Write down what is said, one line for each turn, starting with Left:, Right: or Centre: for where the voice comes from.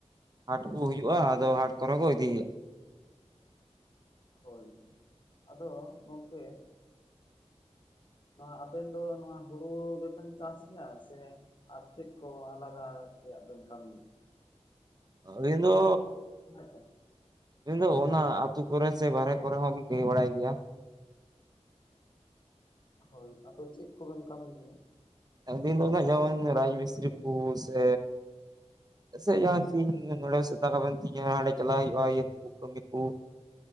Right: ᱦᱟᱴ ᱠᱚ ᱦᱩᱭᱩᱜᱼᱟ ᱟᱫᱚ ᱦᱟᱴ ᱠᱚᱨᱮ ᱠᱚ ᱤᱫᱤ ᱜᱮᱭᱟ
Left: ᱦᱳᱭ ᱦᱳᱭ ᱟᱫᱚ ᱜᱚᱝᱠᱮ ᱮᱸᱜ ᱱᱚᱣᱟ ᱟᱵᱮᱱ ᱫᱚ ᱱᱚᱣᱟ ᱦᱩᱲᱩ ᱜᱮᱵᱮᱱ ᱪᱟᱥ ᱜᱮᱭᱟ ᱥᱮ? ᱟᱨ ᱪᱮᱫ ᱠᱚ ᱟᱞᱟᱫᱟ ᱥᱮᱭᱟᱜ ᱵᱮᱱ ᱠᱟᱹᱢᱤ?
Right: ᱟᱹᱲᱤ ᱫᱚᱼᱼ
Left: ᱦᱩᱭ ᱥᱮ᱾
Right: ᱤᱧ ᱫᱚ ᱚᱱᱟ ᱟᱹᱛᱩ ᱠᱚᱨᱮ ᱥᱮ ᱵᱟᱦᱨᱮ ᱠᱚᱨᱮ ᱦᱚᱸᱞᱤᱧ ᱞᱟᱹᱭ ᱵᱟᱲᱟᱭ ᱜᱮᱭᱟ᱾
Left: ᱦᱳᱭ ᱟᱫᱚ ᱪᱮᱫ ᱠᱚᱵᱮᱱ ᱠᱟᱹᱢᱤ ᱜᱮᱭᱟ?
Right: ᱟᱹᱞᱤᱧ ᱫᱚ ᱱᱟᱜ ᱡᱮᱢᱚᱱ ᱨᱟᱡᱽ ᱢᱤᱥᱛᱨᱤ ᱠᱩ ᱥᱮᱼᱼ ᱥᱮ ᱡᱟᱦᱟᱸ ᱛᱤᱧ ᱱᱚᱰᱮ ᱥᱮᱛᱟ ᱠᱟᱵᱮᱱ ᱛᱤᱧᱟᱹ ᱦᱟᱸᱰᱮ ᱪᱟᱞᱟᱜ ᱦᱩᱭᱩᱜ-ᱟ ᱤᱭᱟᱹ ᱠᱟᱹᱢᱤ ᱠᱚ